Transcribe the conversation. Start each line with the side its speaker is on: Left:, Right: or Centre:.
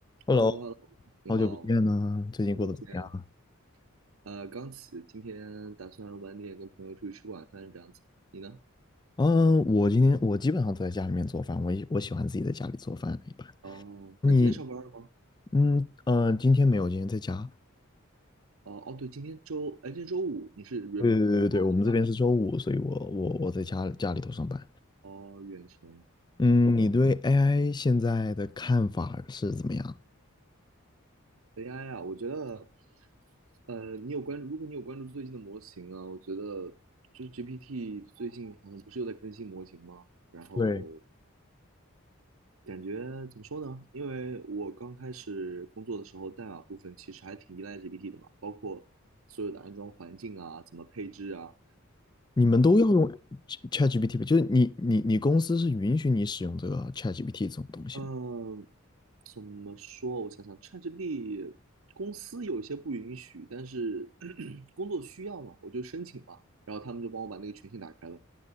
Right: h
Left: Hello，
Right: e l l o h e l l o 你好，
Left: 好久不见呢，
Right: 好
Left: 最近过得怎么样？
Right: 久不见。呃，刚起，今天打算晚点跟朋友出去吃晚饭，这样子。你呢？
Left: 嗯，我今天我基本上都在家里面做饭，我也我喜欢自己在家里做饭一般。
Right: 哦，
Left: 你，
Right: 那你今天上班了吗？
Left: 嗯呃，今天没有，今天在家。
Right: 哦哦，对，今天周，哎，今天周五，你是 rem
Left: 对对对对我们这边是周五，
Right: r e m o t 吧？
Left: 所以我我我在家家里头上班。
Right: 哦，远程，
Left: 嗯，
Right: 懂了。
Left: 你对 AI 现在的看法是怎么样？
Right: AI 啊，我觉得，呃，你有关注，如果你有关注最近的模型啊，我觉得就是 GPT 最近好像不是又在更新模型吗？然后
Left: 对，
Right: 感觉怎么说呢？因为我刚开始工作的时候，代码部分其实还挺依赖 GPT 的嘛，包括所有的安装环境啊，怎么配置啊，
Left: 你们都要用 Ch- ChatGPT 吧？就是你你你公司是允许你使用这个 ChatGPT 这种东西吗？
Right: 嗯，怎么说？我想想，ChatGPT 公司有些不允许，但是 <clears throat> 工作需要嘛，我就申请嘛，然后他们就帮我把那个权限打开了。